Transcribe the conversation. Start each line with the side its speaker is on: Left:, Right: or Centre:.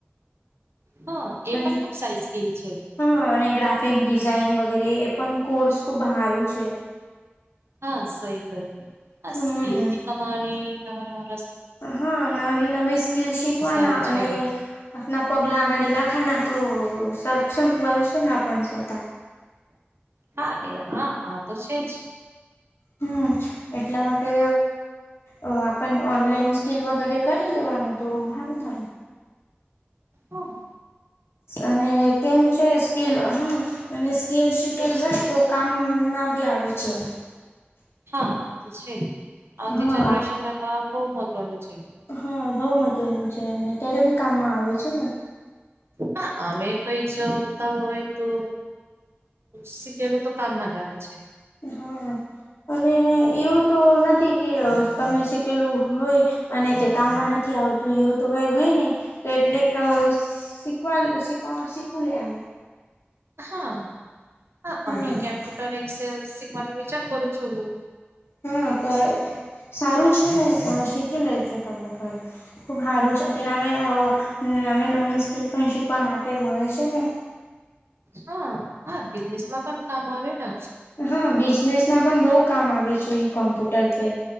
Right: હા એ
Left: અને
Right: પણ ખુબ સારી સ્કીલ છે.
Left: હા અને ગ્રાફિક ડિઝાઇન વગેરે એ પણ કોર્સ ખુબ સારું છે.
Right: હા સઈ ક હ
Left: હમ
Right: સ્કીિલથી કમાણી નવા નવા ર
Left: હા નવી નવી સ્કીલ શીખવાના
Right: આવે
Left: અને
Right: છે
Left: આપના પગલા આઘાડી લખા ના તો સક્ષમ બનશો ના આપ સ્વત
Right: હા એ હા આ તો છે જ.
Left: હમ એટલા માટે અ આપણ ઓનલાઈન સ્કીલ વગેરે કરી લેવાનું તો સારું થાય.
Right: હમ્મ
Left: અને કેમ છે સ્કીલ હ અને સ્કીલ શીખેલ
Right: સ્કીલ
Left: હોને તો કામ ના ભી આવે છે.
Right: હા તો છે આવતી
Left: હા
Right: જનરેશનમાં તો બહુ મહત્વનું છે.
Left: હા બઉ મહત્વનુ છે, અને ક્યારે બી કામમાં આવે છેને.
Right: હ હવે કઈ જોતા હોય તો. શીખેલું તો કામમાં જ આવે છે.
Left: હા અને એવું તો નથી કે તમે શીખેલું હોય. અને તે કામમાં નથી આવતું એવું તો કઈ હોય નને તો એટલે શીખવા શીવા શીખ લ આ
Right: હા હ
Left: હમ
Right: અને કેમ્પ્યુટર એક્સેલ શીખવાનો વિચાર કરુ છુ, હુ
Left: હા સારું છેને, શીખી લેજો તમે ઘર ખુબ સારું છે, તેને અમે નવીન નવીન સ્કીલ પણ શીખવા માટે મળે છેને.
Right: હા હા બિઝનેસમાં પણ કામ આવ ને
Left: હા બિઝનેસ ના પણ બહુ કામ આવે છે, કોમ્પ્યુટર પરે